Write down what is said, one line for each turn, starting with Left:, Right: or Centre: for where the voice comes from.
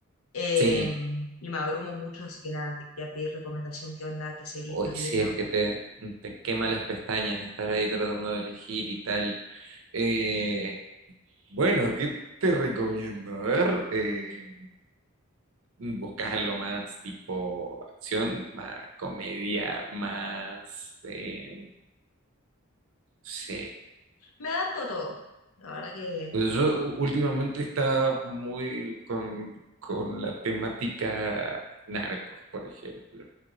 Left: em,
Right: Sí.
Left: y me abrumo mucho, así que nada, te quería pedir recomendación, qué onda, qué serie
Right: Uy,
Left: estás viendo.
Right: sí, es que te, te quema las pestañas estar ahí tratando de elegir y tal. Eh, bueno, ¿qué te recomiendo? A ver, eh, ¿buscas algo más tipo acción, más comedia, más, eh, no sé,
Left: Me adapto a todo. La verdad que,
Right: Pues yo últimamente está muy con, con la temática narcos, por ejemplo.